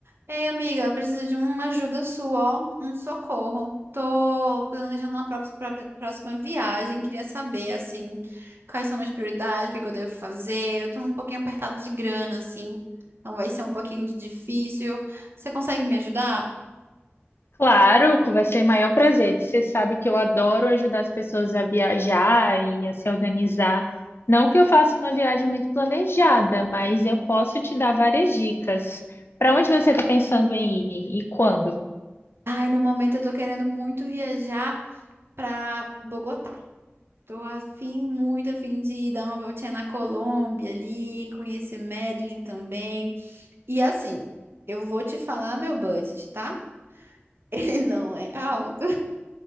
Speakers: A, on the right; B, on the left.
A: Ei, amiga, eu preciso de uma ajuda sua, ó, um socorro. Tô planejando uma pró- pró- próxima viagem, queria saber, assim, quais são minhas prioridades, o que é que eu devo fazer. Eu tô um pouquinho apertado de grana, assim, então vai ser um pouquinho de difícil. Você consegue me ajudar?
B: Claro, vai ser o maior prazer. Você sabe que eu adoro ajudar as pessoas a viajar e a se organizar. Não que eu faça uma viagem muito planejada, mas eu posso te dar várias dicas. Para onde você está pensando em ir e quando?
A: Ai, no momento eu tô querendo muito viajar pra Bogotá. Tô afim, muito afim de dar uma voltinha na Colômbia ali, conhecer Medellín também. E assim, eu vou te falar meu budget, tá? Ele não é alto.